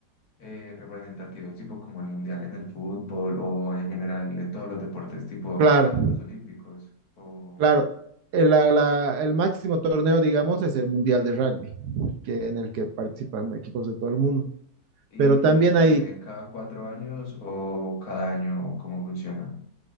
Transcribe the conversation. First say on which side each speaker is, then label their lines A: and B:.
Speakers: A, on the left; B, on the right.
A: eh, representativos, tipo como el mundial en el fútbol o en general en todos los deportes, tipo
B: Claro,
A: está en los olímpicos o
B: claro. El, la- la- el máximo torneo, digamos, es el Mundial de Rugby, que, en el que participan equipos de todo el mundo.
A: y
B: Pero también
A: se hace
B: hay,
A: también cada cuatro años o cada año o cómo funciona.